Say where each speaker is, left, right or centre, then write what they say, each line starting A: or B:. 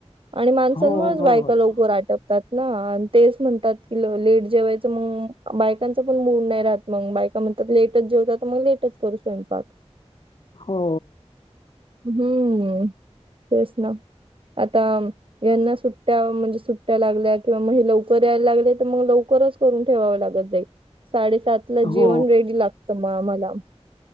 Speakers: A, on the right; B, on the left.
A: आणि माणसांमुळेच
B: हो बरोबर
A: बायका लवकर
B: आहे
A: आटप.... ना आणि तेच म्हणतात की लेट जेवायचं मग बायकांच पण मूड नाही राहत मग बायका म्हनतात लेटच जेवतात तर मग लेटच करू स्वयंपाक
B: हो
A: हम्म तेच ना आता.... यांना सुट्टया म्हणजे सुट्टया लागल्या किंवा मग हे लवकर यायला लागले तर मग लवकरच... करून ठेवावं लागत जाईल साडेसात ला
B: हो
A: जेवण रेडी लागत म आम्हाला....